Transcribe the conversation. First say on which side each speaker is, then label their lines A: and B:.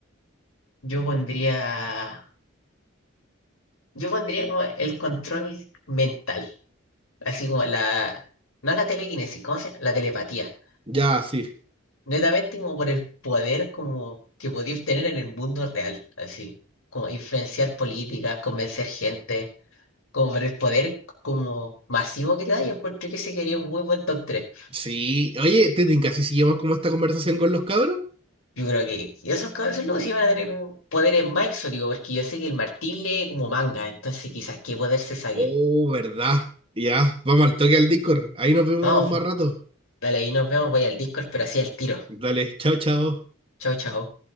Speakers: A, on the left; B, on the right.
A: Yo pondría, yo pondría como el control mental. Así como la... No la telequinesis, ¿cómo se llama? La telepatía.
B: Ya, sí.
A: Netamente como por el poder como que podía obtener en el mundo real, así. Como influenciar políticas, convencer gente. Como por el poder como masivo que te da, yo encuentro que ese quería un muy buen top 3.
B: Sí. Oye, Tetin, casi seguimos como esta conversación con los cabros.
A: Yo creo que y esos cabezos locos sí van a tener un- poderes más exóticos, porque yo sé que el Martín lee como manga, entonces quizás qué poder se saque.
B: Oh, ¿verdad? Ya, vamos al toque al Discord. Ahí nos vemos
A: Vamos,
B: más
A: po.
B: rato.
A: dale, ahí nos vemos, voy al Discord, pero así al tiro.
B: Dale, chao, chao.
A: Chao, chao.